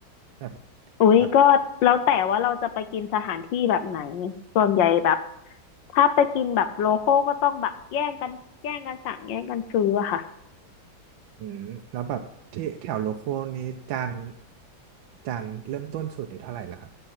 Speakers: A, on the right; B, on the left.
A: แบบ
B: อุ้ยก็แล้วแต่ว่าเราจะไปกินสถานที่แบบไหน
A: แบบ
B: ส่วนใหญ่แบบถ้าไปกินแบบโลคอลก็ต้องแบบแย่งกันแย่งกันสั่งแย่งกันซื้ออะค่ะ
A: อืมแล้วแบบที่แถวโลโก้นี้จานจานเริ่มต้นสุดนี่เท่าไหร่ล่ะครับ